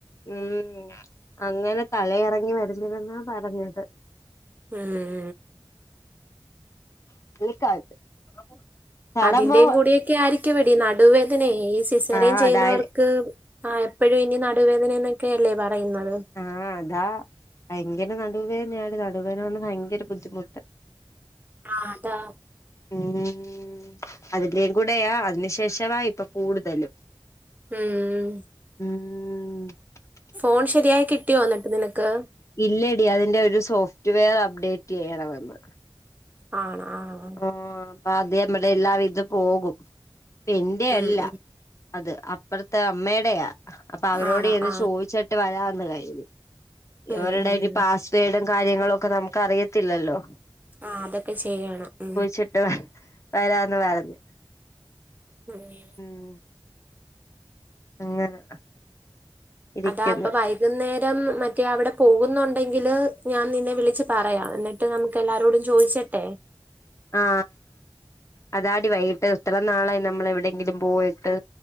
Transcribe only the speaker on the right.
ഏഹ്
അതിന്റെയും കൂടി യൊക്കെ ആയിരിക്കുവെടി നടുവേദനയെ ഈ സിസേറിയൻ
ചെയ്യുന്നവർക്ക്
ആ എപ്പോഴും ഇനി നടുവേദന എന്നൊക്കെയല്ലേ പറയുന്നത്
ആ അതാ
ഉം
ഫോൺ ശരിയായി കിട്ടിയോ എന്നിട്ട് നിനക്ക്
ആണോ ആ
ഉം
ഉം
ആണോ
ആഹ്
ഉം ഉം
ആ അതൊക്കെ ചെയ്യണം ഉം
പിന്നെ
അതാ അപ്പൊ വൈകുന്നേരം മറ്റേ അവിടെ പോകുന്നുണ്ടെങ്കില് ഞാൻ നിന്നെ വിളിച്ച് പറയാം എന്നിട്ട് നമുക്ക് എല്ലാരോടും ചോദിച്ചിട്ടെ